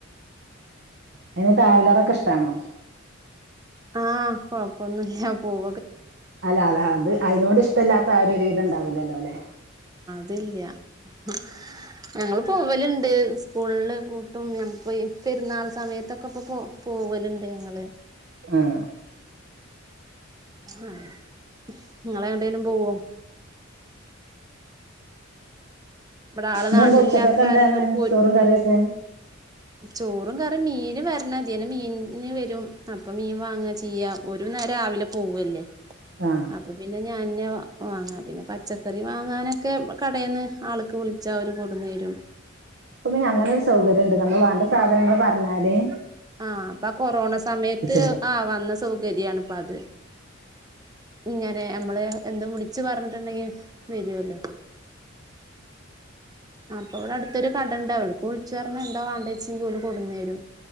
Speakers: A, on the right (about 60°); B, on the right (about 20°).
A: അയിനെ ട്രാവലറൊക്കെ ഇഷ്ടാണോ
B: ആഹ് കൊഴപ്പന്നുല്ല പോവും
A: അല്ല അതാ അത് അയിനോട് ഇഷ്ടല്ലാത്ത ആരും ഒരു വിധം ഉണ്ടാവൂലല്ലോ അല്ലെ
B: തില്ല ഉം ഞങ്ങൾ പോവല്ണ്ട് സ്കൂള്ല് പൂട്ടും ഞ പൊയ് പെരുന്നാൾ സമയത്തൊക്കെ ഇപ്പം പോ പോവല്ണ്ട് ഞങ്ങള്
A: ആഹ്
B: ഏ ആ ഇങ്ങള് എവിടേലും പോവോ? ഇവിടെ ആള്
A: ഇന്നന്തെ
B: നാട്ടിലില്ലാത്ത
A: ഉച്ചക്കൊക്കെന്താണ്
B: കാരണം ഓല് പോയി
A: ചോറും കറിയൊക്കെ
B: ചോറും കറിം മീന് വര്ണം. തിലെ മീന് വരും. അപ്പൊ മീൻ വാങ്ങാചെയ്യാ ഒരുനേരം രാവിലെ പോവല്ലേ
A: ആഹ്
B: അപ്പൊ പിന്നെഞ്ഞ് ഞാന് വാ വാങ്ങാ പിന്നെ പച്ചക്കറി വാങ്ങാനൊക്കെ കടേന്ന് ആള് ക്ക് വിളിച്ചാൽ അവര് കൊട്ന്നരും
A: ഇപ്പോ പിന്നെ അങ്ങനൊരു സൗകര്യൊണ്ട് നമ്മൾ വാണ്ട സാധനങ്ങൾ പറ്ഞ്ഞ അതെ
B: ആഹ് പ്പ കൊറോണ സമയത്ത്
A: തരും
B: ആ വന്ന സൗകര്യാണ് പ്പത് ഇങ്ങനെ അമ്മള് എന്തും വിളിച്ച് പറഞ്ഞിട്ട്ണ്ടെങ്കി വരൊല്ലോ അപ്പൊ ഇവിടെ അടുത്തൊരു കടണ്ട് അവ്ട്ക്ക് വിളിച്ച് പറഞ്ഞാ എന്താ വാണ്ടേച്ചെങ്കി ഓല് കൊട്ന്നരും